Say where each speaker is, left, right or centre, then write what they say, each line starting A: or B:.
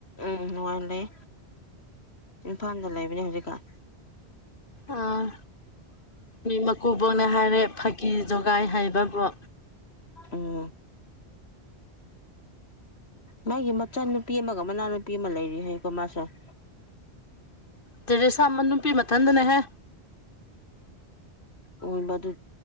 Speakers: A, on the left; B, on the left.
A: ꯎ ꯅꯨꯡꯉꯥꯏ ꯂꯩ ꯏꯝꯐꯥꯜꯗ ꯂꯩꯕꯅꯦ ꯍꯧꯖꯤꯛꯀꯥꯟ
B: ꯑꯥ ꯃꯤ ꯃꯀꯨꯕꯣꯛꯅ ꯍꯥꯏꯔꯦ ꯐꯥꯀꯤ ꯖꯣꯒꯥꯏ ꯍꯩꯕ ꯕꯣ
A: ꯎꯝ ꯃꯥꯒꯤ ꯃꯆꯥꯅꯨꯄꯤ ꯑꯃꯒ ꯃꯅꯥꯎꯅꯨꯄꯤ ꯑꯃ ꯂꯩꯔꯤ ꯍꯥꯏꯀꯣ ꯃꯥꯁꯣ <inaudible>
B: ꯇꯦꯔꯦꯁꯥ ꯑꯃ ꯅꯨꯄꯤ ꯃꯊꯟꯗꯅꯦꯍꯦ
A: ꯍꯣꯏ ꯃꯗꯨ